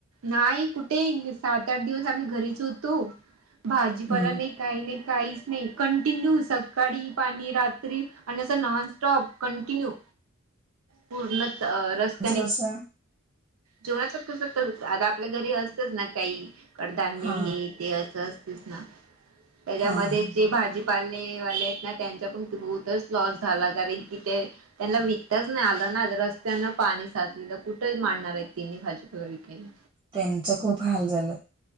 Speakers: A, on the right (about 75°); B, on the right (about 25°).
A: नाही कुठे सात- आठ दिवस आम्ही घरीच होतो. भाजीपाला
B: हम्म
A: नाही काही नाही काहीच नाही, कंटिन्यू सकाळी पाणी रात्री आणि असं नॉनस्टॉप कंटिन्यू
B: ह <inaudible>
A: पूर्णच रस्ते
B: कसं
A: जेवणात <unintelligible> आता आपल्या घरी असतच ना काही कडधान्य
B: हा
A: हे ते असं असतेस ना, त्याच्यामध्ये
B: हा हा
A: जे भाजी वाले आहेत ना त्यांचा पण खूपच लॉस झाला. कारण कि ते त्यांना विकताच नाही आलं ना, रस्त्यान पाणी साचले कुठे मांडणार आहेत त्यांनी भाजीला विकायला.
B: त्यांचं खूप हाल झालं.